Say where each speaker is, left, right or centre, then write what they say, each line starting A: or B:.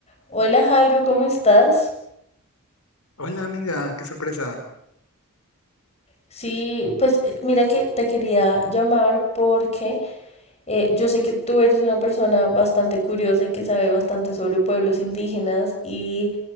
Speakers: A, on the left; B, on the left.
A: Hola Jairo, ¿cómo estás?
B: Hola amiga, qué sorpresa.
A: Sí, pues eh, mira que te quería llamar porque eh, yo sé que tú eres una persona bastante curiosa y que sabe bastante sobre pueblos indígenas y